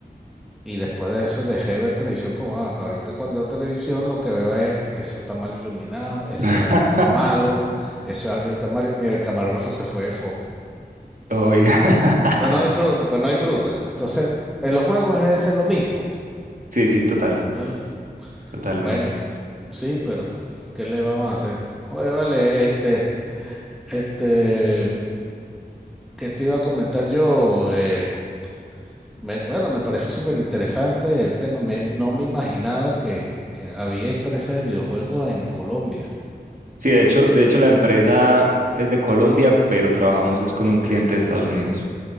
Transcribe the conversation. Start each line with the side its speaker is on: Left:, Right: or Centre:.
Centre: y después de eso dejé ver televisión como ah, ahorita cuando veo televisión lo que veo es eso está mal iluminado, ese
Right: <laughs>
Centre: audio está malo, ese audio está malo. Mira, el camarógrafo se fue de foco.
Right: Oiga. <laughs>
Centre: Pues no disfruta, pues no disfruta. Entonces, en los juegos es ser lo mismo.
Right: Sí, sí, total,
Centre: ¿no?
Right: totalmente.
Centre: Bueno, sí, pero bueno, ¿qué le vamos a hacer? Oye, vale, este, este, ¿qué te iba a comentar yo? Eh, Me, bueno, me parece súper interesante el tema. Me- no me imaginaba que, que había empresas de videojuegos en Colombia.
Right: Sí, de hecho, de hecho la empresa es de Colombia, pero trabajamos es con un cliente de Estados Unidos.